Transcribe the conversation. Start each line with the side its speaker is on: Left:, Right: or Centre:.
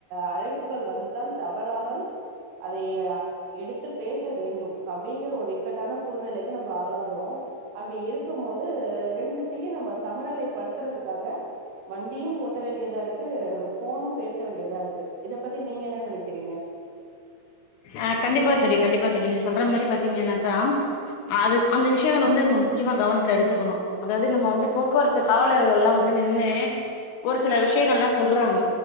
Right: அழைப்புகள் வந்தால் தவறாமல் அதைய எடுத்து பேச வேண்டும் அப்படிங்கிற ஒரு இக்கட்டான சூழ்நிலைக்கு நம்ம ஆளாகறோம் அப்படி இருக்கு இருக்கும் போது ரெண்டுத்துயும் நம்ம சமநிலை படுத்துறதுக்காக வண்டியும் ஓட்ட வேண்டியதா இருக்கு ஃபோனும் பேச வேண்டியதா இருக்கு இத பத்தி நீங்க என்ன நினைக்கிறீங்க
Left: ஆ கண்டிப்பா தோழி கண்டிப்பா தோழி நீங்க சொல்ற மாறி பாத்தீங்கன்னாக்கா அது அந்த விஷயங்கள்
Right: ம்
Left: வந்து நம்ம முக்கியமாக கவனத்துல எடுத்துக்கணும் அதாவது நம்ம வந்து போக்குவரத்து காவலர்கள் எல்லாம் வந்து நின்னு ஒரு சில விஷயங்கள்ல்லாம் சொல்றாங்க
Right: ம்